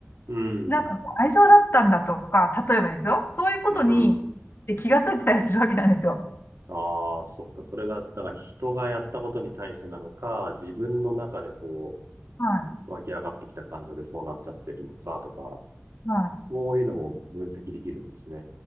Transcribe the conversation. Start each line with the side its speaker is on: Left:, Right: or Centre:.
Right: うん、
Left: なんかこう愛情だったんだとか、例えばですよ。そういうことにえ気がついたりするわけなんですよ。
Right: うん。ああ、そっか。それが、だから人がやったことに対してなのか、自分の中でこ
Left: は
Right: う、湧き上がってきた感情でそうなっちゃってるのかとか、
Left: い。はい。
Right: そういうのも分析できるんですね。